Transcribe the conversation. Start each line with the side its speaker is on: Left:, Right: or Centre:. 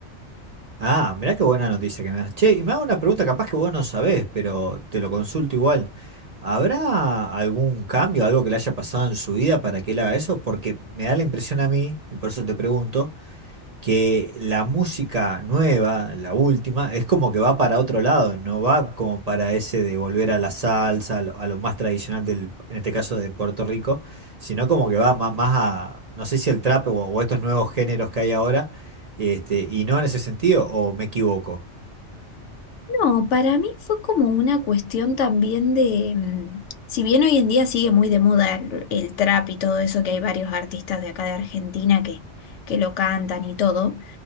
Right: Ah, mirá qué buena noticia que me das. Che, y me hago una pregunta, capaz que vos no sabés, pero te lo consulto igual. ¿Habrá algún cambio, algo que le haya pasado en su vida para que él haga eso? Porque me da la impresión a mí, y por eso te pregunto, que la música nueva, la última, es como que va para otro lado, no va como para ese de volver a la salsa, a lo, a lo más tradicional del, en este caso de Puerto Rico, sino como que va más, más a, no sé si el trap o, o estos nuevos géneros que hay ahora, este, y no en ese sentido, o me equivoco.
Left: No, para mí fue como una cuestión también de, mm, si bien hoy en día sigue muy de moda el, el trap y todo eso, que hay varios artistas de acá de Argentina que, que lo cantan y todo,